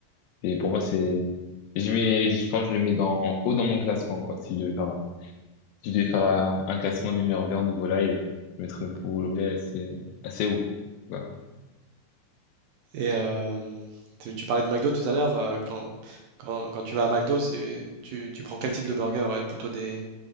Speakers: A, on the left (about 75°); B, on the right (about 70°).
A: c'est- pour moi, c'est, je mets, je pense, que je le mets dans, haut dans mon classement, quoi. Si je devais faire un, si je devais faire un, un classement des meilleures viandes ou volailles, euh, je mettrais le poulet assez, euh, assez haut. Voilà.
B: Et euh, tu, tu parlais de McDo tout à l'heure, euh, quand, quand, quand tu vas à McDo, c'est, tu, tu prends quel type de burger? euh, Plutôt des,